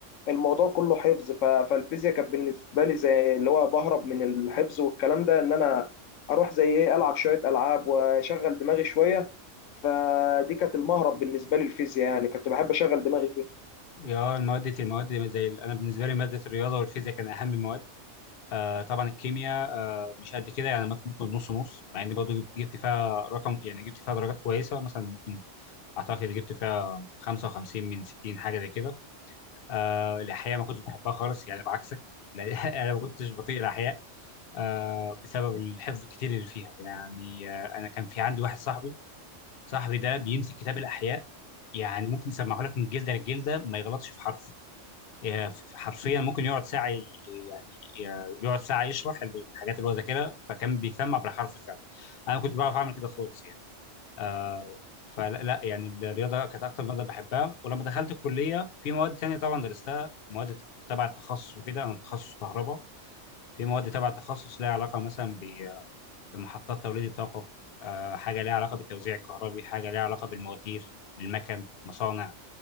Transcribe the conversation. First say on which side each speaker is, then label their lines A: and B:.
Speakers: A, on the left; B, on the left.
A: الموضوع كله حفظ ف- فالفيزياء كانت بالنسبه لي زي اللي هو بهرب من الحفظ والكلام ده ان انا اروح زي ايه العب شويه العاب واشغل دماغي شويه فدي كانت المهرب بالنسبه لي الفيزياء يعني كنت بحب اشغل دماغي فيها
B: يا المواد المواد زي ال- انا بالنسبه لي ماده الرياضه والفيزياء كان اهم المواد آه، طبعا الكيمياء آه، مش قد كده يعني ممكن ممكن نص نص مع اني برضه جبت جبت فيها رقم يعني جبت فيها درجات كويسه مثلا ممكن اعتقد جبت فيها 55 من 60 حاجه زي كده آه الأحياء ما كنتش بحبها خالص يعني بعكسك <laughs> لأن أنا ما كنتش بطيق الأحياء آه بسبب الحفظ الكتير اللي فيها يعني آه أنا كان في عندي واحد صاحبي صاحبي ده بيمسك كتاب الأحياء يعني ممكن يسمعه لك من جلدة لجلدة ما يغلطش في حرف آه، ف- حرفيا ممكن يقعد ساعة ي- يعني آه، يقعد ساعة يشرح الحاجات اللي هو ذاكرها فكان بيسمع بالحرف فعلا أنا ما كنتش بعرف أعمل كده خالص يعني آه فلا لا يعني الرياضه كانت اكتر ماده بحبها ولما دخلت الكليه في مواد تانية طبعا درستها مواد تبع التخصص وكده انا تخصص كهرباء في مواد تبع التخصص ليها علاقه مثلا ب- بمحطات توليد الطاقه آه حاجه ليها علاقه بالتوزيع الكهربي حاجه ليها علاقه بالمواتير بالمكن مصانع